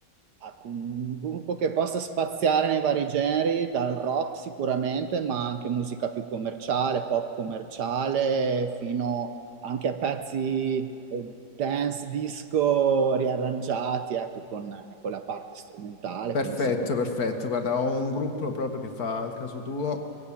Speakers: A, on the right; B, on the left.
A: Ah, con Un gruppo che possa spaziare nei vari generi, dal rock sicuramente, ma anche musica più commerciale, pop commerciale, fino anche a pezzi eh, dance, disco riarrangiati, ecco, con, eh, con la parte strumentale,
B: Perfetto,
A: come si può
B: perfetto. Guarda, ho un gruppo proprio che fa il caso tuo